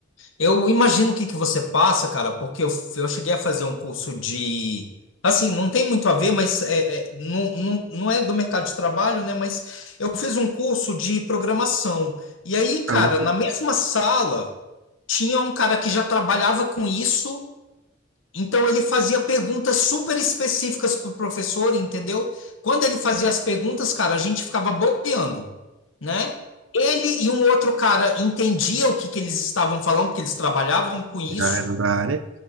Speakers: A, on the left; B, on the right.
A: Eu imagino o que que você passa, cara, porque eu, eu cheguei a fazer um curso de. Assim, não tem muito a ver, mas é, é, não, não, não é do mercado de trabalho, né? Mas eu fiz um curso de programação. E aí, cara,
B: Ah, mas
A: na mesma sala, tinha um cara que já trabalhava com isso então ele fazia perguntas super específicas pro professor, entendeu? Quando ele fazia as perguntas, cara, a gente ficava boiando, né? Ele e um outro cara entendia o que que eles estavam falando, porque eles trabalhavam com isso.
B: Já era da área.